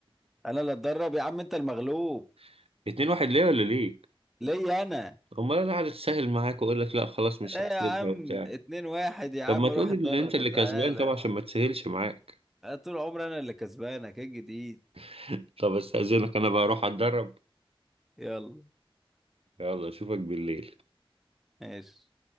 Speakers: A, in the centre; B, on the right.
A: انا اللي اتدرب يا عم انت المغلوب
B: <laughs> اتنين واحد ليه ولا ليك
A: ليا انا
B: امال انا قاعد اتسهل معاك واقول لك لا خلاص مش
A: ايه
B: هحسبها
A: يا عم
B: وبتاع
A: اتنين واحد يا
B: طب
A: عم
B: ما تقول
A: روح اتدرب
B: ان انت اللي
A: وتعالى
B: كسبان طبعا عشان ما تسهلش معاك
A: طول عمري انا اللي كسبانك ايه الجديد
B: <laughs> طب استأذنك انا بقى اروح اتدرب
A: يلا
B: يلا اشوفك بالليل
A: ماشي